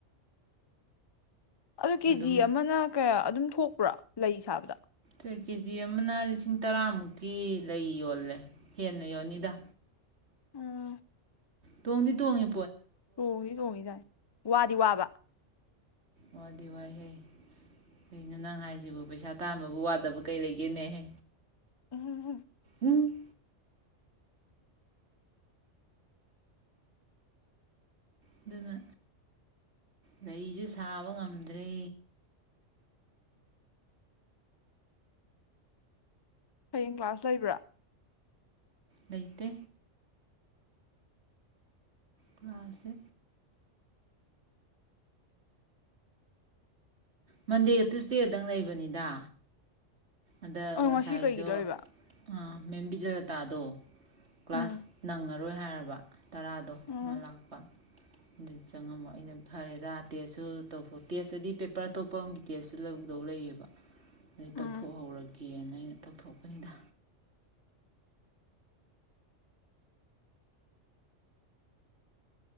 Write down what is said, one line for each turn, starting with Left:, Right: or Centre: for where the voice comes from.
Left: ꯑꯣ ꯀꯦꯖꯤ
Right: ꯑꯗꯨꯝ
Left: ꯑꯃꯅ ꯀꯌꯥ꯫ ꯑꯗꯨꯝ ꯊꯣꯛꯄ꯭ꯔꯥ ꯂꯩ ꯁꯥꯕꯗ꯫
Right: ꯍꯣꯏ ꯀꯦꯖꯤ ꯑꯃꯅ ꯂꯤꯁꯤꯡ ꯇꯔꯥꯃꯨꯛꯀꯤ ꯂꯩ ꯌꯣꯜꯂꯦ ꯍꯦꯟꯅ ꯌꯣꯜꯅꯤꯗ꯫
Left: ꯎꯝ꯫
Right: ꯇꯣꯡꯗꯤ ꯇꯣꯡꯉꯦ
Left: ꯇꯣꯡꯉ ꯇꯣꯡꯉ ꯌꯥꯏ ꯋꯥꯗꯤ ꯋꯥꯕ꯫
Right: ꯋꯥꯗꯤ ꯋꯥꯏꯍꯦ ꯀꯩꯅꯣ ꯅꯪ ꯍꯥꯏꯁꯤꯕ ꯄꯩꯁꯥ ꯇꯥꯟꯕꯕꯨ ꯋꯥꯗꯕ ꯀꯩ ꯂꯩꯒꯦꯅꯦꯍꯦ꯫
Left: ꯎꯝꯍꯨꯎꯝ꯫
Right: ꯎꯝ ꯑꯗꯨꯅ ꯂꯩꯁꯨ ꯁꯥꯕ ꯉꯝꯗ꯭ꯔꯦ꯫
Left: ꯍꯌꯦꯡ ꯀ꯭ꯂꯥꯁ ꯂꯩꯕ꯭ꯔꯥ꯫
Right: ꯂꯩꯇꯦ꯫ ꯀ꯭ꯂꯥꯁꯁꯦ꯫ ꯃꯟꯗꯦꯒ ꯇꯨꯁꯗꯦꯗꯪ ꯂꯩꯕꯅꯤꯗ꯫ ꯑꯗ
Left: ꯑ
Right: ꯉꯁꯥꯏꯗꯣ
Left: ꯉꯁꯤ ꯀꯩꯒꯤ ꯂꯩꯕ
Right: ꯑ ꯃꯦꯝꯕꯤꯖꯔ ꯇꯥꯗꯣ꯫ ꯀ꯭ꯂꯥꯁ
Left: ꯎꯝ
Right: ꯅꯪ ꯑꯔꯣꯏ ꯍꯥꯏꯔꯕ꯫ ꯇꯔꯥꯗꯣ
Left: ꯎꯝ
Right: ꯃꯥ ꯂꯥꯛꯄ꯫ ꯑꯗꯨ ꯆꯪꯉꯝꯃꯣ ꯑꯩꯅ ꯐꯔꯦꯗ ꯇꯦꯁꯁꯨ ꯇꯧꯊꯣꯛ ꯇꯦꯁꯇꯗꯤ ꯄꯦꯄꯔ ꯑꯇꯣꯞꯄ ꯑꯃꯒꯤ ꯇꯦꯁꯁꯨ ꯂꯧꯗꯧ ꯂꯩꯌꯦꯕ꯫
Left: ꯎꯝ
Right: ꯊꯣꯛꯣꯍꯣ--꯫ ꯌꯦꯟ ꯑꯩꯅ ꯇꯧꯊꯣꯛꯄꯅꯤꯗ꯫